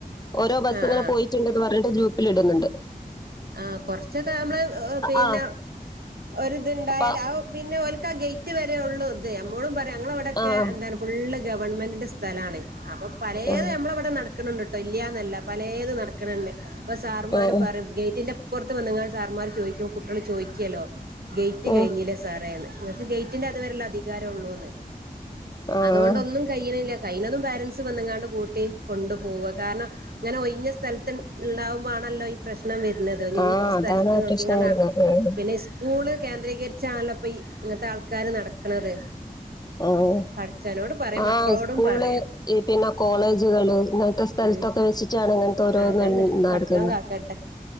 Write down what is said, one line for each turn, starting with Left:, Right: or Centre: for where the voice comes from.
Left: ഓരോ ബെസ്
Right: ആ
Left: ഇങ്ങനെ
Right: ആ
Left: പോയിട്ട്ണ്ട്ന്ന് പറഞ്ഞ് ഇട്ട് ഗ്രൂപ്പില് ഇട്ന്ന്ണ്ട്
Right: ആഹ് കൊറച്ച് ഇത് നമ്മള് പിന്നെ
Left: ആഹ്
Right: ഒര് ഇത് ഒണ്ടായാല്
Left: അപ്പ
Right: ആഹ് പിന്നെ ഓല്ക്ക് ആഹ് ഗേറ്റ് വെരെ ഒള്ളൂ തേ അമ്മേളും പറയാ അങ്ങളെ ഇവടെക്കെ
Left: ആഹ്
Right: എന്താണ് ഫുള്ള് ഗവൺമെന്റിൻ്റെ സ്ഥലാണ് അപ്പൊ പാലോത്
Left: ആഹ്
Right: നമ്മളെ അവടെ നട ക്ക്ണ് ണ്ട്ട്ടോ ഇല്ല്യാന്നല്ല പലോതും നടക്ക്ണ്ണ്ണ്ട് അപ്പൊ സാർമാര്
Left: ആഹ്
Right: പറ്യ ഗേ ന്റിൻ്റെ ഇപ്പറ്ത്ത് വന്ന് ങ്ങാണ്ട് സാർമാര് ചോദിക്കും കുട്യോള് ചോദിക്ക്യാല്ലോ ഗേറ്റ്
Left: ഉം
Right: കഴിഞ്ഞില്ലേ സാറേന്ന് നിങ്ങാക്ക് ഗേറ്റിന്റെ അത് വെരെ ല്ലേ അധികാരം ഒള്ളൂന്ന്
Left: ആഹ്
Right: അത്കൊണ്ടൊന്നും കഴിണില്ല കയിണതും പോരൻസ് വന്ന് ങ്ങാണ്ട് കൂട്ടി കൊണ്ട് പോവാ കാര്ണം ഇങ്ങനെ ഒയിഞ്ഞ സ്ഥലത്ത് ൻ ഇണ്ടാവ്മ്പോ ആണല്ലോ ഈ പ്രശ്നം വെ നത് <unintelligible>
Left: ആഹ്
Right: സ്ഥലത്ത്
Left: അതാണ് ആ
Right: നോക്കിങ്ങാണ്ട്
Left: പ്രശ്നം വരുന്നത്
Right: ആഹ്
Left: ഉം
Right: പിന്നെ സ് സ്കൂള് കേന്ദ്രീകരിച്ചാണല്ലോ ഇപ്പൊ ഈ ഇങ്ങത്തെ ആൾക്കാര് നടക്ക്ണത്
Left: ആഹ്
Right: പടച്ചോനോടും പറയ
Left: ആഹ്
Right: മക്കളോടും
Left: സ്കൂള്
Right: പറയ്യാ
Left: ഈ പിന്നെ കോളേജ്കള് ങ് ത്താ സ്ഥലത്തൊക്കെ
Right: ഉം
Left: വെച്ച്ട്ടാണ് അങ്ങനത്തെ ഓരോന്ന്
Right: ആ അതന്നെ
Left: ന്ന് നടക്ക്ന്നേ
Right: പഠിച്ചോൻ കാക്കട്ടെ